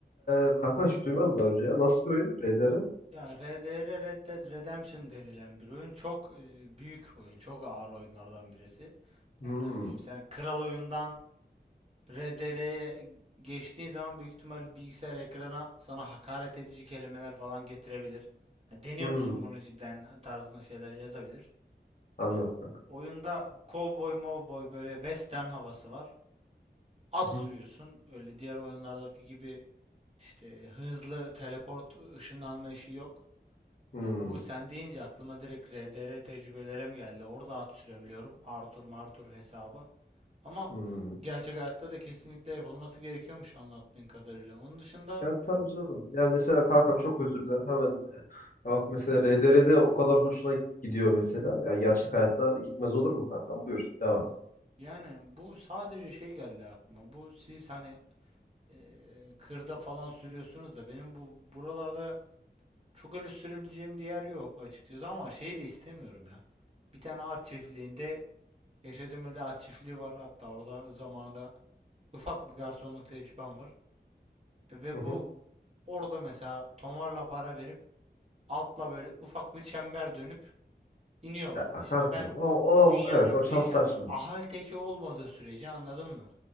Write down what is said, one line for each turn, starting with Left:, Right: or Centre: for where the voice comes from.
Left: e, kanka hiç duymadım daha önce ya. Nasıl bir oyun RDR?
Right: Ya RDR Red Dead Redemption denilen bir oyun çok e, büyük oyun, çok ağır oyunlardan birisi.
Left: Hmm,
Right: Yani nasıl diyeyim sen kral oyundan RDR'ye geçtiğin zaman büyük ihtimalle bilgisayar ekrana sana hakaret edici kelimeler falan getirebilir. Ha, deniyor
Left: hmm.
Right: musun bunu cidden tarzında şeyler yazabilir.
Left: Anladım
Right: E, o-
Left: kanka.
Right: oyunda cowboy mowboy böyle western havası var. At
Left: Hı,
Right: sürüyorsun. Öyle diğer oyunlardaki gibi işte hızlı teleport ışınlanma işi yok.
Left: Hmm,
Right: E, o sen deyince aklıma direkt RDR tecrübelerim geldi. Orada at sürebiliyorum. Arthur Martur hesabı. Ama
Left: hmm.
Right: gerçek hayatta da kesinlikle yapılması gerekiyormuş anlattığın kadarıyla. Onun dışında
Left: Ya tabii canım. Ya mesela kankam çok özür dilerim. Hemen e, ya bak mesela RDR'de o kadar hoşuna gidiyor mesela. Ya gerçek hayatta gitmez olur mu kankam? Buyur devam et.
Right: yani bu sadece şey geldi aklıma. Bu siz hani e, kırda falan sürüyorsunuz da benim bu buralarda çok öyle sürebileceğim bir yer yok açıkçası ama şey de istemiyorum ya. Bir tane at çiftliğinde yaşadığım ilde at çiftliği var. Hatta orada zamanında ufak bir garsonluk tecrübem var. E, Ve
Left: Hı hı.
Right: bu Orada mesela tomarla para verip altla böyle ufak bir çember dönüp iniyorlardı.
Left: Ya,
Right: Şimdi
Left: kankam
Right: ben
Left: o, o
Right: dünyanın
Left: evet o
Right: en
Left: çalsar
Right: yani
Left: saçma.
Right: ahal teki olmadığı sürece anladın mı?